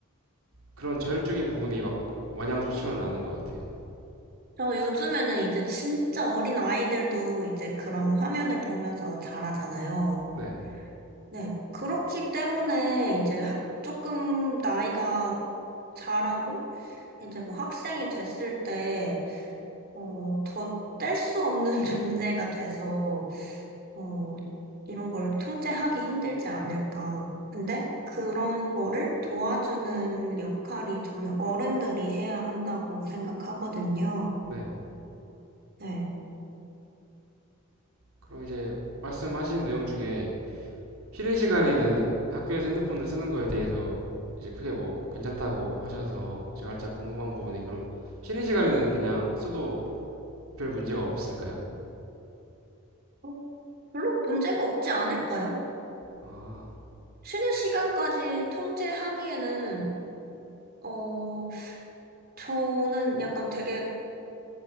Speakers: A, on the right; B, on the right.
A: 그런 자율적인 부분이 막 마냥 좋지만은 않은 것 같아요.
B: 저 요즘에는 이제 진짜 어린 아이들도 이제 그런 화면을 보면서 자라잖아요.
A: 네,
B: 네. 그렇기 때문에 이제 학- 조금 나이가 자라고 이제 뭐 학생이 됐을 때, 어, 더 뗄 수 없는 <laughs> 존재가 돼서, 어, 이런 걸 통제하기 힘들지 않을까. 근데 그런 거를 도와주는 역할이 저는 어른들이 해야 한다고 생각하거든요.
A: 네.
B: 네.
A: 그럼 이제 말씀하신 내용 중에 쉬는 시간에는 학교에서 핸드폰을 쓰는 거에 대해서 이제 크게 뭐 괜찮다고 하셔서 제가 살짝 궁금한 부분이 그럼 쉬는 시간에는 그냥 써도 별 문제가 없을까요?
B: 어, 별로 문제가 없지 않을까요?
A: 아,
B: 쉬는 시간까지 통제하기에는, 어, 저는 약간 되게